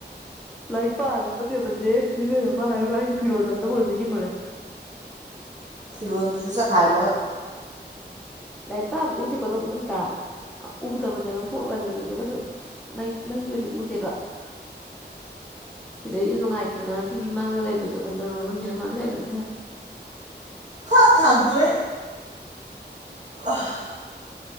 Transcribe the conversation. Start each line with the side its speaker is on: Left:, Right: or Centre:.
Centre: ꯂꯥꯏꯔꯤꯛ ꯄꯥꯅꯕꯥ ꯇꯦꯕꯜꯅꯦꯌꯦ ꯑꯁꯤꯗ ꯂꯩꯔꯤꯁꯦ ꯃꯅꯥ ꯍꯥꯏꯕꯥ ꯑꯩꯗꯤ ꯐꯤꯔꯣꯜ ꯊꯝꯅꯕ ꯑꯣꯏꯔꯕꯣꯏ ꯅꯤꯡꯉꯨꯔꯦ
Right: ꯐꯤꯔꯣꯜꯗꯨꯁꯨ ꯆꯈꯥꯏꯅꯕ
Centre: <unintelligible> ꯎꯗꯕꯅꯦꯕ ꯐꯣꯅ ꯀꯩꯅꯣꯗꯨꯁꯨ ꯀꯩꯁꯨ ꯃꯩ ꯃꯩꯁꯨ ꯀꯩꯁꯨ ꯎꯗꯦꯕ ꯁꯤꯗꯩꯁꯨ ꯅꯨꯡꯉꯥꯏꯇꯗꯅ ꯇꯤꯚꯤ ꯃꯥꯡꯗ ꯂꯩꯕꯁꯨ ꯃꯤꯡꯁꯦꯜ ꯃꯥꯡꯗ ꯂꯩꯕꯗꯨꯗꯥ
Right: ꯐꯠ ꯊꯥꯡꯗꯣꯀꯏ ꯑꯥ ꯍꯥ